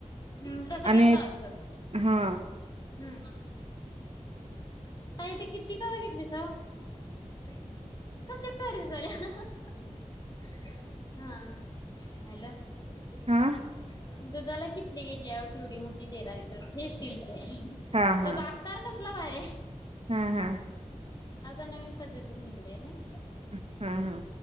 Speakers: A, on the left; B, on the right.
A: मी केला, तसं
B: आणि
A: कायतरा असेल
B: हा
A: हम् ताई ती किटली कवा घेतलीसा? कसली तयारी चालल्या हं, हं, हां हॅलो <unintelligible> अठरा
B: हा
A: दुधाला किटली घेतल्या ओ केवढी मोठी तेरा लिटरची त्याचीय
B: हा
A: त्याचा
B: हा
A: आकार कस म भारीय
B: हा, हा
A: आता नवीन पद्धतीत निघलय नाय
B: हा, हा